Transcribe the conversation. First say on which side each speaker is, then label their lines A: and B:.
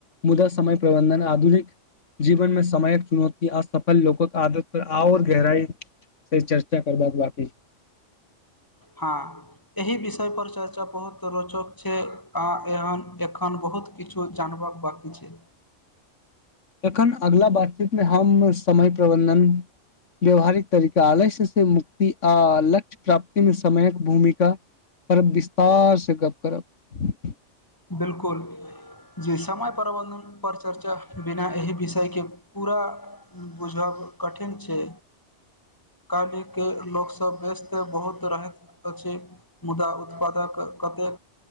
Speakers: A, on the left (about 75°); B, on the left (about 15°).
A: मुदा समय प्रबन्धन आधुनिक जीवन मे समायक चुनौती असफल लोकक आदत पर आओर गहराई से चर्चा करबाद बाकी छै
B: हँ एहि विषयपर चर्चा बहुत रोचक छै आओर एहन एखन बहुत किछु जानवक बाकी छै
A: तखन अगला बातचीत मे हम समय प्रबन्धन व्यावहारिक तरीका आलस्य से मुक्त आ लक्ष्य प्राप्ति मे समयक भूमिका पर विस्तार से गप्प करब
B: बिल्कुल जे समय प्रबन्धन पर चर्चा बिना एहि विषयके पूरा बुझब कठिन छै
A: <inaudible>
B: काल् के लोकग सब व्यस्त बहुत रहैत अछि मुदा उत्पादक कते